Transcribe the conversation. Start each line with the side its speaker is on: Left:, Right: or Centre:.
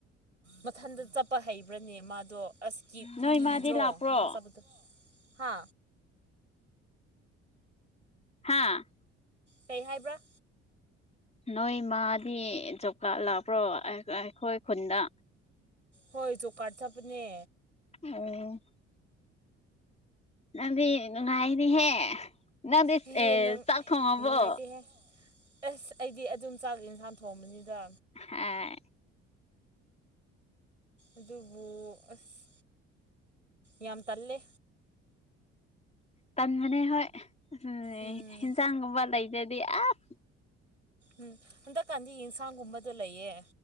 Right: ꯃꯊꯟꯗ ꯆꯠꯄ ꯍꯩꯕ꯭ꯔꯅꯦ ꯃꯥꯗꯣ ꯑꯁꯀꯤ
Left: ꯅꯣꯏ
Right: ꯀꯤꯗ꯭ꯔꯣ
Left: ꯃꯥꯗꯤ ꯂꯥꯛꯄ꯭ꯔꯣ
Right: ꯃꯥ ꯆꯥꯕꯗ ꯍꯥ
Left: ꯍꯥꯥ
Right: ꯀꯩ ꯍꯥꯏꯕ꯭ꯔꯥ
Left: ꯅꯣꯏ ꯃꯥꯗꯤ ꯖꯣꯕ ꯀꯥꯔꯗ ꯂꯥꯛꯄ꯭ꯔꯣ ꯑꯩꯈꯣꯏ ꯈꯨꯟꯗ
Right: ꯍꯣꯏ ꯖꯣꯀꯥꯔꯠ ꯆꯠꯄꯅꯦ
Left: ꯑꯣ ꯅꯪꯗꯤ ꯅꯨꯡꯉꯥꯏꯅꯤꯍꯦ ꯅꯪꯗꯤ
Right: ꯍꯦꯍꯦ
Left: ꯑꯦ
Right: ꯅꯪ
Left: ꯆꯥꯛ ꯊꯣꯡꯉꯕꯣ
Right: ꯅꯨꯡꯉꯥꯏꯇꯦꯍꯦ ꯑꯁ ꯑꯩꯗꯤ ꯑꯗꯨꯝ ꯆꯥꯛꯁ ꯏꯟꯁꯥꯡ ꯊꯣꯡꯕꯅꯤꯗ
Left: ꯑꯏ
Right: ꯑꯗꯨꯕꯨ ꯑꯁ ꯌꯥꯝ ꯇꯜꯂꯦ
Left: ꯇꯟꯕꯅꯦ ꯍꯣꯏ <unintelligible>
Right: ꯎꯝ
Left: ꯍꯟꯖꯥꯡꯒꯨꯝꯕ ꯂꯩꯗ꯭ꯔꯗꯤ ꯑꯁ
Right: ꯎꯝ ꯍꯟꯗꯛꯀꯥꯟꯗꯤ ꯌꯦꯟꯁꯥꯡꯒꯨꯝꯕꯗꯣ ꯂꯩꯌꯦ